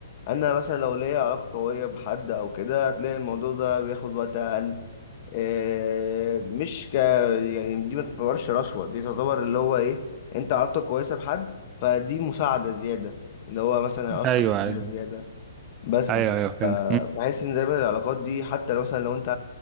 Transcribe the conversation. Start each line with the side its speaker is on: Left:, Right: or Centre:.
Left: انا مثلا لو ليا علاقة قوية بحد او كده هتلاقي الموضوع ده بياخد وقت اقل آه، مش ك يعني دي ما تعتبرش رشوة دي تعتبر اللي هو ايه انت علاقتك كويسة بحد فدي مساعدة زيادة اللي هو مثلا هيأثر
Right: أيوه أيوه
Left: فيها زيادة بس
Right: أيوه
Left: ف-
Right: أيوه فهمت
Left: آه، بحس ان دايما العلاقات دي حتى لو مثلا لو انت